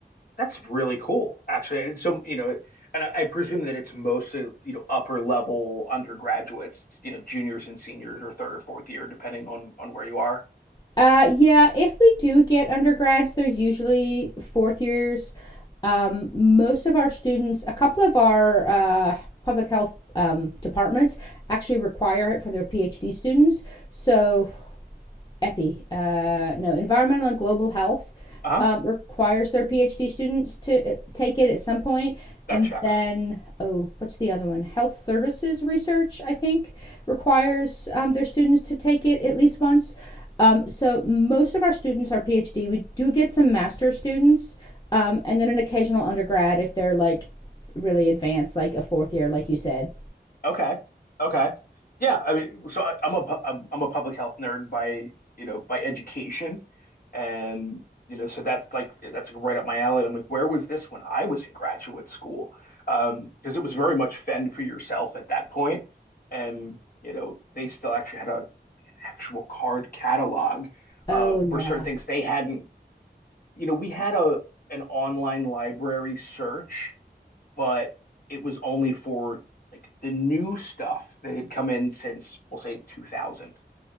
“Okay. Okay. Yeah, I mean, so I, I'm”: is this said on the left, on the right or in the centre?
Left